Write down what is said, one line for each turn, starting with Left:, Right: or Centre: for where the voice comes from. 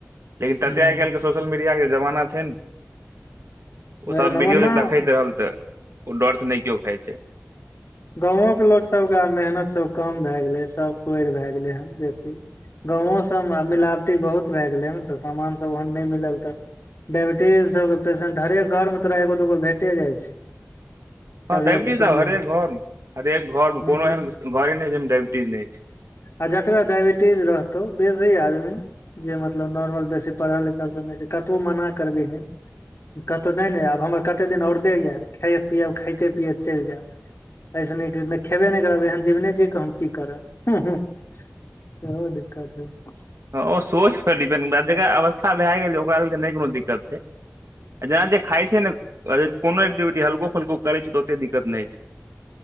Right: लेकिन
Left: ह
Right: तते आइ काल्हि के सोशल मिडिया कऽ जमाना छैय नऽ
Left: वएह
Right: सब
Left: ने
Right: विडियो
Left: ओना
Right: पर दखेत तऽ ओ डरसँ नहि केओ खाइ छै
Left: गाँवोकके लोकसभके मेहनत सभ कम भए गेलै सभ कोरिि भए गेलै हन बेसी गाँवो सबमे मिलावटी बहुत भए गेलै हन तऽ सामान सब ओहन नहि मिलल तऽ डाायबिटीजसभके पेशेंट हरेक घरमे तोरा एगो दूगो भेटे जाइ छै
Right: हँ
Left: तबियत
Right: डाायबिटीज
Left: सुनबे
Right: आब हरेक घर हरेक घर
Left: हूं
Right: मे कोनो एहन घरे छै जामे डायइबिटीज नहि छै
Left: आ जकरा डायबिटीज रहतौ बेसी आदमी जे मतलब नॉर्मल बेसी पढ़ल लिखल सब नहि छै कतबो मना करबीहे कतहु नहि नहि आब हमर कते दिन औरदे यए खायब पियअब खाइते पियैत चलि जायब अऐस नहि खेबे नहि करब एहन जिबने जी कऽ हम की करब सेहो दिक्कत होइ छैय
Right: ओ सोच पर डिपेंड जेरा अवस्था भए गेल ओकरा लेल नहि दिक्कत छै जेना जे खा ने कोनो एक्टिविटी हल्को फल्को करै छै तऽ ओते दिक्कत नहि होय छै